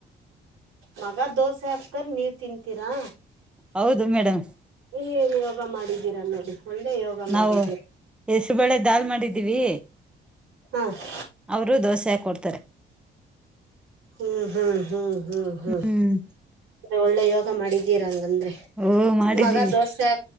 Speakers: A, on the right; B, in the centre.
A: ಮಗ ದೋಸೆ ಹಾಕ್ತಾರೆ, ನೀವ್ ತಿಂತೀರಾ?
B: ಹೌದು ಮೇಡಮ್
A: ನೀವೇನ್ ಯೋಗ ಮಾಡಿದ್ದೀರಾ ನೋಡಿ ಒಳ್ಳೆ ಯೋಗ ಮಾಡಿದ್ದೀರಾ
B: ನಾವು ಹೆಸುರ್ಬೇಳೆ ಧಾಲ್ ಮಾಡಿದೀವಿ
A: ಆಹ್
B: ಅವ್ರು ದೋಸೆ ಹಾಕ್ಕೊಡ್ತಾರೆ
A: ಹು ಹು ಹು
B: ಹ್ಮ್
A: ಒಳ್ಳೆ ಯೋಗ ಮಾಡಿದಿ <unintelligible>
B: ಓ ಮಾಡಿದ್ದೀವಿ
A: ಮಗ ದೋಸೆ